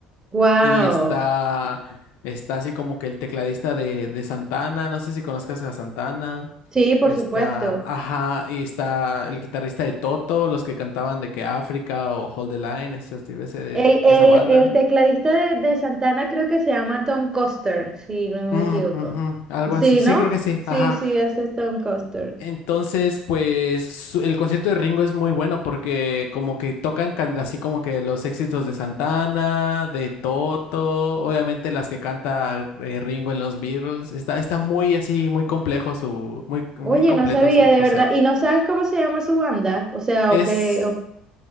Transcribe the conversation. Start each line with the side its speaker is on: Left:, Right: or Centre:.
Right: Wow.
Left: Y está, está así como que el tecladista de, de Santana, no sé si conozcas a Santana.
Right: Sí, por
Left: Está,
Right: supuesto.
Left: ajá, y está el guitarrista de Toto, los que cantaban de que África o Hold the Line, ese- ese-
Right: El, el,
Left: esa banda.
Right: el tecladista de, de Santana creo que se llama Tom Coster, si no
Left: Mm,
Right: me equivoco.
Left: ujú, algo
Right: Sí,
Left: así, sí,
Right: ¿no?
Left: creo que sí,
Right: Sí,
Left: ajá.
Right: sí, ese es Tom Coster.
Left: Entonces, pues su- el concierto de Ringo es muy bueno porque como que tocan can- así como que los éxitos de Santana, de Toto, obviamente las que canta eh, Ringo en los Beatles. Está, está muy así, muy complejo su, muy, muy
Right: Oye,
Left: completo
Right: no sabía,
Left: su,
Right: de
Left: su
Right: verdad.
Left: set.
Right: ¿Y no sabes cómo se llama su banda? O sea,
Left: Es
Right: o qué, o-